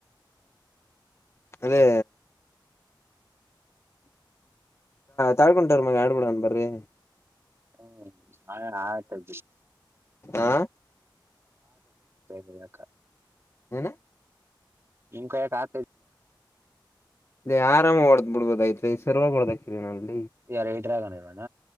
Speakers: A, on the left; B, on the right.
A: ಅದೇ ತಾಳ್ಕೊಟ್ರ ಮಗ ಆಡ್ಬಿಡನ್ ಬರ್ರಿ
B: ಹ್ಮ್ ಆ ಆಯ್ತ್ಆತ
A: ಆ
B: ಜಯಕ
A: ಹನಾ
B: ನಿಮ ಕಯಕಾತ
A: ಇ ಆರಾಮ ಹೊಓದ್ ಬಿಡ್ಬೋದ ಐತ್ರಿ ಸರ್ವಾಗ ಹೊಡದಕಿರರಿ ನಲ್ಲಿ
B: ಯಾರ ಇಟ್ರ ಆಗಾನ ಇಲ್ವಣ